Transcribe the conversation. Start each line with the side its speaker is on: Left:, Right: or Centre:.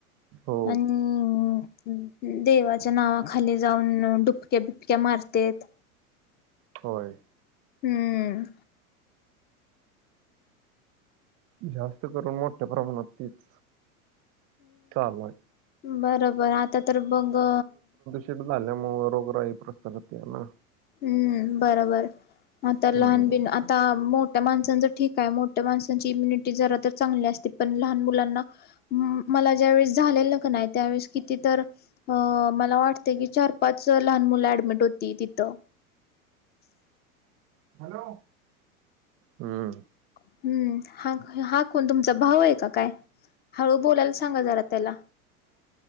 Right: हो
Left: आण देवाच्या नावा खाली जाऊन डुबक्या, बिबक्या मारतेयत.
Right: होय!
Left: हूं!
Right: जास्त करून मोठ्या प्रमाणात तीच चालाय.
Left: बरबर आता तर बघ.
Right: <unintelligible> झाल्या मूळ रोगराई पसरतीये ना.
Left: हूं बरबर आता
Right: हम्म
Left: लहान बिन आत ता मोठ्या माणसांच ठीक आहे, मोठ्या माणसांची इम्युनिटी जरा तर चांगली असते, पण लहान मुलांना मला ज्यावेेळेस झालेलं क नाही त्यावेेळेस किती तर अ मला वाटतय की चार पाच लहान मुल ऍडमिट होती तिथ. <inaudible>
Right: हॅलो हम्म
Left: हम्म हा हा कोण तुमचा भाऊ आहे का काय? हळू बोलायला सांगा जरा त्याला.